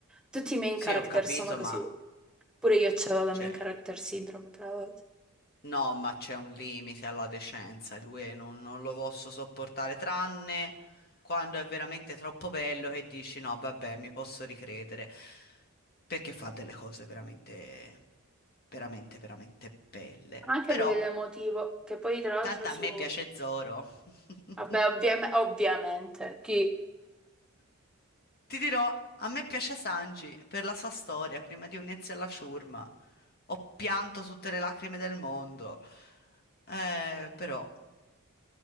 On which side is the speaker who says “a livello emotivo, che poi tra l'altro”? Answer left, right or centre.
Centre